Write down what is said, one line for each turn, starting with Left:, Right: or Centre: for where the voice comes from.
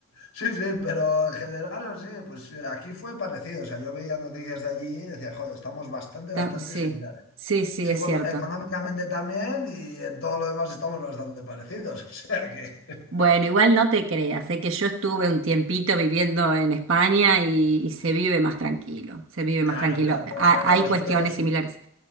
Left: Sí, sí, pero en general, sí, pues eh, aquí fue parecido. O sea, yo veía noticias de allí y decía, joder, estamos bastante,
Right: Ta-
Left: bastante
Right: Sí,
Left: similares.
Right: sí, sí,
Left: Sí,
Right: es
Left: bueno,
Right: cierto.
Left: económicamente también y en todo lo demás estamos bastante parecidos. <laughs> O sea que.
Right: Bueno,
Left: <laughs>
Right: igual no te creas, sé que yo estuve
Left: que-
Right: un tiempito viviendo en España y, y se vive más tranquilo, se vive más
Left: Claro,
Right: tranquilo.
Left: pero po-
Right: Ha-
Left: porque
Right: hay
Left: vosotros,
Right: cuestiones similares.